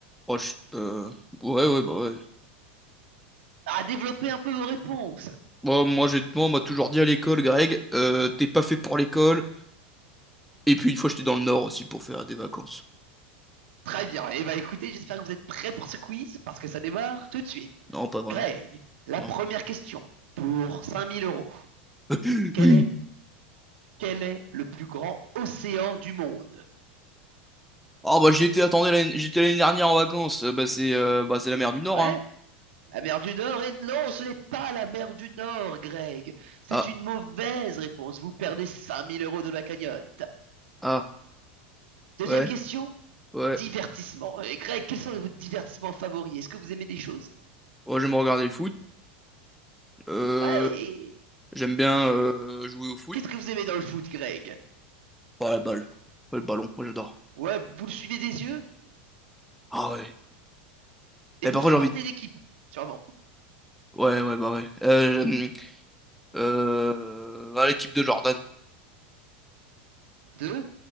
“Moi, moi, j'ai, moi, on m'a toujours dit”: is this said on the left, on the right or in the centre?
Centre